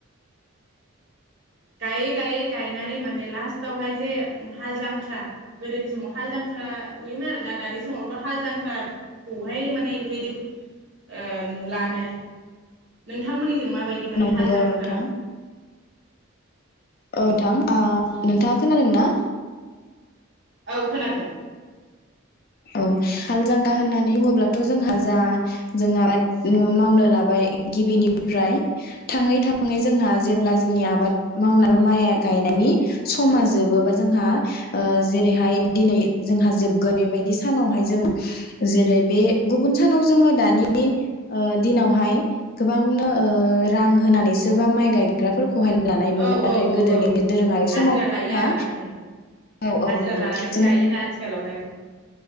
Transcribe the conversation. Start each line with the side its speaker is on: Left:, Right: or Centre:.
Right: गायै गायै गायनानै माने लास्टावहाय जे हाल जांख्रा गोदोनि समाव हाल जांख्रा नुयोमोन आरोना दानि समावथ' हाल जांख्राखौहाय माने बेबायदि ओ नुलानो, नोंथांमोननिजों मा माबायदि माने
Left: नंगौ
Right: हाल जांख्रा
Left: नोंथां औ ओ नोंथां नोंथाङा खोनादों ना
Right: औ खोनादों
Left: औ हाल जांख्रा होननानै बुङोब्लाथ' जोंहा जा जों आबाद मावनो लाबाय गिबिनिफ्राय थाङै था, ङै जोंहा जेब्ला जोंनि आबाद मावनाय माइआ गायनायनि समा
Right: जोबथा
Left: जोबो बा जोंहा ओ जेरैहाय दिनै जोंहा जोबगोन बेबायदि स सानावहाय जोङो जेरै बे गुबुन सानाव जोङो दानि ओ दिनावहाय गोबांनो ओ रां होनानैसो बा माइ गायग्राफोरखौ हाय, लानाय नुयो
Right: औ
Left: नाथाय
Right: औ औ
Left: गोदोनि
Right: औ
Left: दोरोङारि
Right: हाजिरा
Left: समावथ
Right: लायो
Left: जोंहा
Right: आरोना उम
Left: औ
Right: हाजिरा
Left: औ नंगौ
Right: लानानैसो
Left: जों
Right: गायोना आथिखालावहाय